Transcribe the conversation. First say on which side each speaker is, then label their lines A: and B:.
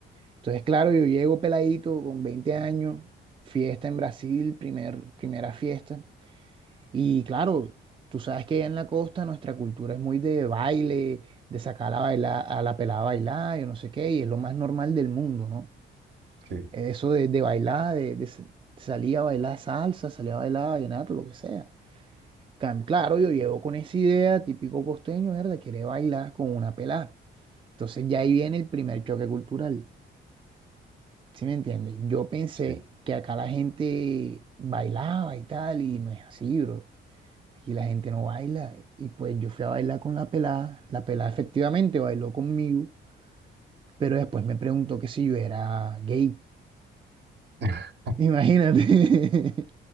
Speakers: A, on the right (about 25°); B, on the right (about 60°).
A: Entonces, claro, yo llego peladito con 20 años, fiesta en Brasil, primer, primera fiesta. Y claro, tú sabes que allá en la costa nuestra cultura es muy de baile, de sacar a, bailar, a la pelada a bailar, yo no sé qué, y es lo más normal del mundo, ¿no?
B: Sí,
A: Eso de, de bailar, de, de s- salir a bailar salsa, salir a bailar vallenato, lo que sea. Cam- Claro, yo llego con esa idea, típico costeño, ¿verdad? Quiere bailar con una pelada. Entonces ya ahí viene el primer choque cultural. ¿Sí me entiendes? Yo pensé
B: sí.
A: que acá la gente bailaba y tal, y no es así, bro. Aquí la gente no baila. Y pues yo fui a bailar con la pelada. La pelada efectivamente bailó conmigo, pero después me preguntó que si yo era gay.
B: <laughs>
A: Imagínate.